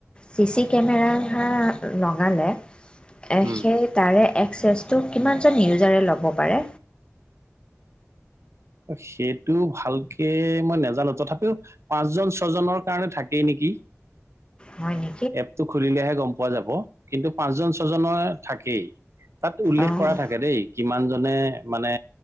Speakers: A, on the left; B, on the right.
A: চি চি কেমেৰা লগালে এ
B: উম
A: সেই তাৰে এক্সেছটো কিমানজন ইউজাৰে ল'ব পাৰে
B: সেইটো ভালকে মই নাজানো তথাপিও পাঁচ জন, ছজনৰ কাৰণে থাকেই নেকি
A: হয় নি
B: এপটো খুলিলেহে গম পোৱা যাব। কিন্তু পাঁচজন, ছজনৰ থাকেই তাত উল্লেখ
A: অঁ
B: কৰা থাকে দেই কিমানজনে মানে